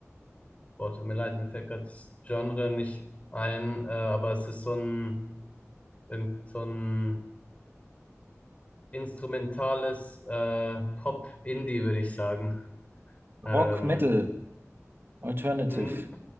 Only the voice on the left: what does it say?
boah, tut mir leid, mir fällt gerade das Genre nicht ein, äh, aber es ist so ein, irgend so ein instrumentales äh, Pop-Indie, würde ich sagen.
Ähm,
N-